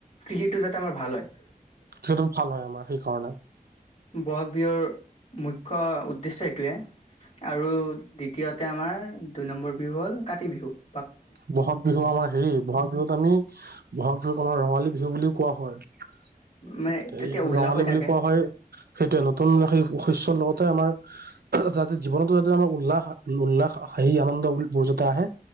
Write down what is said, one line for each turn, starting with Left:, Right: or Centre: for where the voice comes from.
Left: কৃষিটো যাতে আমাৰ ভাল হয় ।
Right: শস্যটো ভাল হয়, আমাৰ সেই কাৰণে ।
Left: ব'হাগ বিহুৰ মুখ্য উদ্দেশ্য এইটোৱে। আৰু দ্বিতীয়তে, আমাৰ দুই নম্বৰ বিহু হ'ল, কাতি বিহু ।
Right: বহাগ বিহু আমাৰ হেৰি, বহাগ বিহুত আমি বহাগ বিহুক আমাৰ ৰঙালী বিহু বুলিও কোৱা হয়।
Left: মানে তেতিয়া
Right: এই
Left: উল্লাস
Right: ৰঙালী
Left: হৈ থাকে
Right: বুলি কোৱা হয়। সেইটোয়ে নতুন শস্য লগতে আমাৰ যাতে, জীৱনতো যাতে আমাৰ উল্লাস, ‌ উল্লাস হাঁহি আনন্দ বস্তটো আহে।